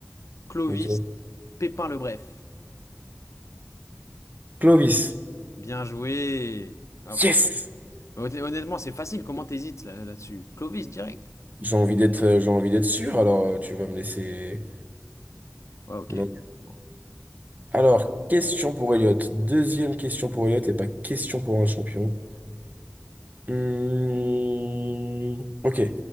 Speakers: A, on the left; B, on the right.
A: Clovis,
B: Ok.
A: Pépin le Bref.
B: Clovis.
A: Bien joué. Ah, franchement.
B: Yes!
A: Hon- Honnêtement, c'est facile. Comment t'hésites là, là-dessus? Clovis, direct.
B: J'ai envie d'être, euh, j'ai envie d'être sûr, alors euh, tu vas me laisser.
A: Ouais, ok.
B: Non.
A: Bon.
B: Alors, question pour Elliot. Deuxième question pour Elliot et pas question pour un champion. Hmm, Ok.